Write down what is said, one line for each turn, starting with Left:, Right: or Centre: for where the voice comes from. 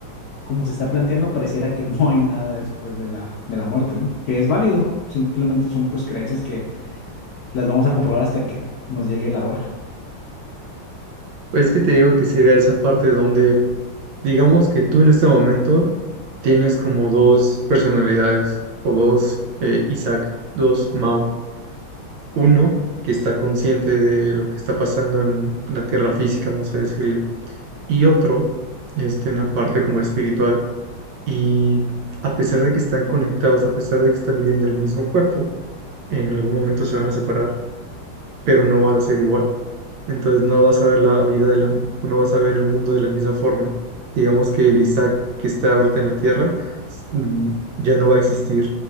Left: como se está planteando, pareciera que no hay nada después de la, de la muerte, ¿no? Que es válido, simplemente son pues creencias que las vamos a comprobar hasta que nos llegue la hora.
Right: Es que te digo que sería esa parte donde Digamos que tú en este momento tienes como dos personalidades o dos eh, Isaac, dos Mao. Uno que está consciente de lo que está pasando en la tierra física, vamos a decirle, y otro este, en la parte como espiritual. Y a pesar de que están conectados, a pesar de que están viviendo el mismo cuerpo, en algún momento se van a separar, pero no van a ser igual entonces no vas a ver la vida de la, o no vas a ver el mundo de la misma forma. Digamos que el Isaac que está ahorita en la Tierra s- mm, ya no va a existir,